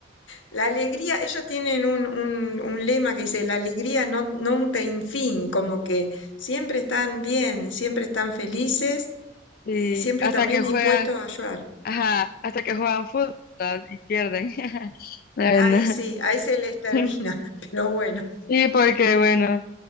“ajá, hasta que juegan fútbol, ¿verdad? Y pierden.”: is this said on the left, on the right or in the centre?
Left